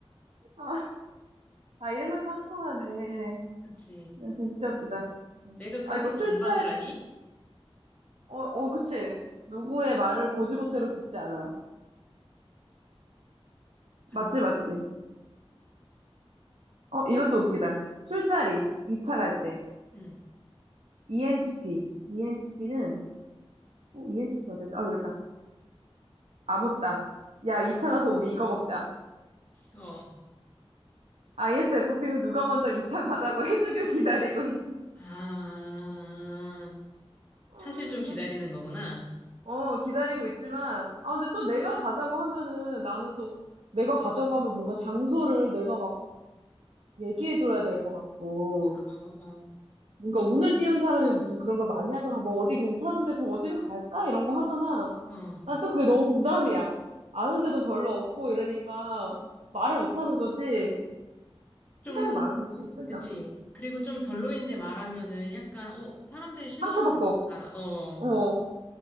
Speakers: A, on the right (about 85°); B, on the left (about 15°).
A: 아, 아, 일맥상통하네.
B: 그치.
A: 진짜 웃기다. 음.
B: 내가 그렇게
A: 아, 이거 술자,
B: 반박을 하니?
A: 어, 어, 그치. 누구의 말을 고지고대로 듣지 않아.
B: 반,
A: 맞지, 맞지. 어, 이것도 웃기다. 술자리, 2차 갈 때.
B: 응,
A: ENTP. ENTP는, 어, ENTP 어디지? 아, 여기 있다. 아무따. 야, 2차 가서 우리 이거 먹자.
B: 어.
A: ISFP는 누가 먼저 2차 가자고 <laughs> 해주길 기다리고 있어.
B: 아,
A: 아,
B: 사실 좀
A: 웃겨.
B: 기다리는 거구나.
A: 어, 기다리고 있지만, 아, 근데 또 내가 가자고 하면은, 나는 또, 내가 가자고 하면 뭔가 장소를 내가 막 얘기해줘야 될 것 같고.
B: 어, 어,
A: 뭔가 운을 띄운 사람이 보통 그런 걸 많이 하잖아. 뭐 어디 괜찮은데 그럼 어디로 갈까? 이런 거 하잖아.
B: 어.
A: 난 또 그게 너무 부담이야. 아는데도 별로 없고 이러니까 말을 못 하는 거지.
B: 좀,
A: 생각이 많은 거지. 쓸데없이.
B: 그치. 그리고 좀 별로인데 말하면은 약간, 어, 사람들이 싫어하는
A: 상처받고.
B: 거다. 어,
A: 어,